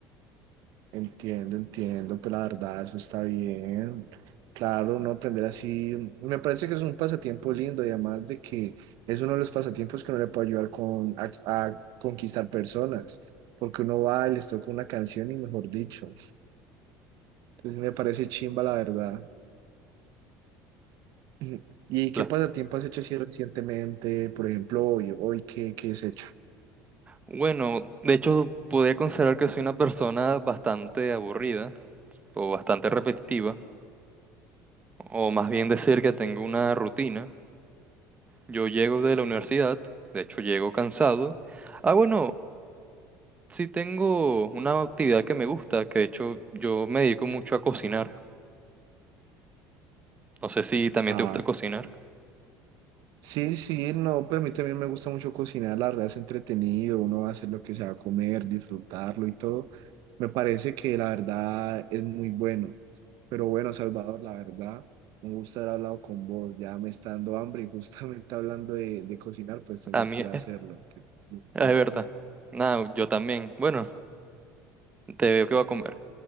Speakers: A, on the right; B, on the right.
A: Entiendo, entiendo, pues la verdad, eso está bien. Claro, uno aprender así, me parece que es un pasatiempo lindo y además de que es uno de los pasatiempos que uno le puede ayudar con, a, a conquistar personas, porque uno va y les toca una canción y mejor dicho. Entonces me parece chimba, la verdad. <clears throat> Ujú. ¿Y qué
B: La-
A: pasatiempo has hecho así recientemente? Por ejemplo, hoy, hoy ¿qué, qué has hecho?
B: Bueno, de hecho, podría considerar que soy una persona bastante aburrida o bastante repetitiva, o más bien decir que tengo una rutina. Yo llego de la universidad, de hecho llego cansado. Ah, bueno, Sí tengo una actividad que me gusta, que de hecho yo me dedico mucho a cocinar. No sé si también
A: ah
B: te gusta cocinar.
A: Sí, sí, no, pero a mí también me gusta mucho cocinar, la verdad es entretenido, uno va a hacer lo que se va a comer, disfrutarlo y todo. Me parece que la verdad es muy bueno. Pero bueno, Salvador, la verdad, un gusto haber hablado con vos, ya me está dando hambre y <laughs> justamente hablando de, de cocinar, pues tengo
B: A mí,
A: que ir a
B: eh,
A: hacerlo. Que-
B: es
A: Cuídate.
B: verdad. Nada, yo también. Bueno, te veo que voy a comer.